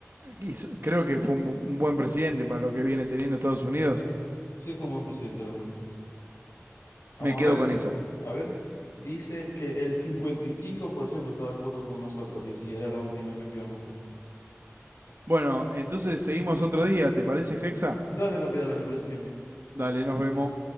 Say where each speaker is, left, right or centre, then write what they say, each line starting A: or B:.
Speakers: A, on the right; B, on the left.
A: hizo- creo que fue un bu- un buen presidente para lo que viene teniendo Estados Unidos.
B: Sí, fue un buen presidente realmente. Vamos
A: Me quedo
B: a ver.
A: con esa.
B: A ver, dice que el 55% está de acuerdo con nosotros y si era la última, efectivamente.
A: Bueno, entonces seguimos otro día, ¿te parece, Hexa?
B: Dale, papi, dale, me parece bien.
A: Dale, nos vemos.